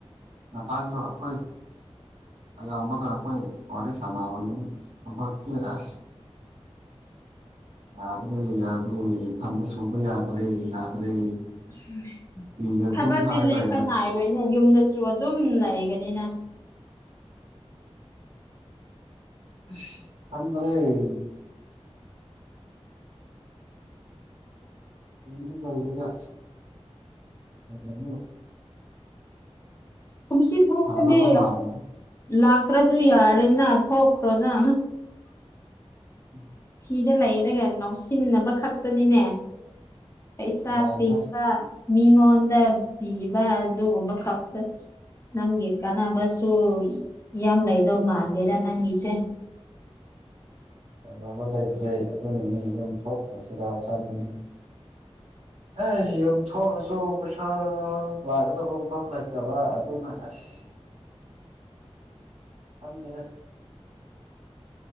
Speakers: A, on the right; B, on the left.
A: ꯉꯁꯥꯏꯁꯨ ꯑꯩꯈꯣꯏ ꯑꯌꯥꯝꯕꯅ ꯑꯩꯈꯣꯏ ꯋꯥꯔꯤ ꯁꯥꯟꯅꯕꯅꯤꯅ ꯊꯕꯛꯁꯦ ꯑꯁ ꯌꯥꯗ꯭ꯔꯦ ꯌꯥꯗ꯭ꯔꯦ <unintelligible> ꯁꯨꯕ ꯌꯥꯗ꯭ꯔꯦ ꯌꯥꯗ꯭ꯔꯦ
B: <unintelligible>
A: ꯐꯤꯒ
B: ꯊꯕꯛꯗꯤ
A: ꯑꯗꯨꯝ ꯍꯥꯏ
B: ꯂꯦꯞꯄ
A: ꯂꯩꯔꯦ
B: ꯅꯥꯏꯔꯣꯏꯅꯦ ꯌꯨꯝꯗꯁꯨ ꯑꯗꯨꯝ ꯂꯩꯒꯅꯤꯅ
A: ꯑꯁ ꯊꯗꯔꯦ ꯌꯨꯝꯕꯨ ꯌꯧꯗꯨꯅ <unintelligible>
B: ꯀꯨꯝꯁꯤ ꯊꯣꯡꯂꯗꯤ
A: ꯐꯒꯗꯕ ꯃꯥꯜꯂꯤꯗ
B: ꯂꯥꯛꯇ꯭ꯔꯁꯨ ꯌꯥꯔꯦꯅ ꯊꯣꯛꯈ꯭ꯔꯣꯅ
A: <inaudible>
B: ꯊꯤꯗ ꯂꯩꯔꯒ ꯉꯥꯎꯁꯤꯟꯅꯕ ꯈꯛꯇꯅꯤꯅꯦ ꯄꯩꯁꯥ
A: ꯌꯥꯔꯦꯗ
B: ꯇꯤꯟꯕ ꯃꯤꯉꯣꯟꯗ ꯄꯤꯕ ꯑꯗꯨꯒꯨꯝꯕ ꯈꯛꯇ ꯅꯪꯒꯤ ꯀꯥꯟꯅꯕꯁꯨ ꯌꯥꯝ ꯂꯩꯗꯧ ꯃꯥꯜꯂꯦꯗ ꯅꯪꯒꯤꯁꯦ
A: ꯆꯥꯟꯅꯕ ꯂꯩꯇ꯭ꯔꯦ ꯑꯗꯨꯅꯅꯤ ꯑꯗꯨꯝ ꯊꯣꯛꯈ꯭ꯔꯁꯤꯔꯥ ꯈꯟꯕꯅꯤ ꯑꯦ ꯌꯨꯝ ꯊꯣꯛꯔꯁꯨ ꯄꯩꯁꯥ ꯂꯥꯛꯀꯗꯕ ꯃꯐꯝ ꯂꯩꯇꯕ ꯑꯗꯨꯅ ꯑꯁ ꯈꯪꯗꯦꯍꯦ